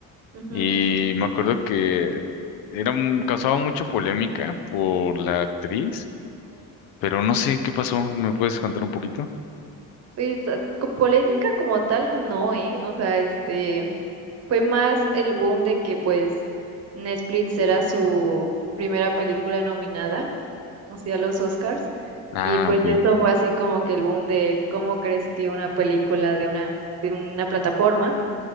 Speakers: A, on the right (about 45°); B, on the left (about 85°).
A: ujú.
B: y me acuerdo que era, un- causaba mucha polémica por la actriz, pero no sé qué pasó, ¿me puedes contar un poquito?
A: Pues, ah, co- polémica como tal, no, ¿eh? O sea, este... Fue más el boom de que pues Netflix era su primera película nominada, o sea, a los Oscars,
B: Ah,
A: y pues
B: ok.
A: eso fue así como que el boom de cómo crees que una película de una de una plataforma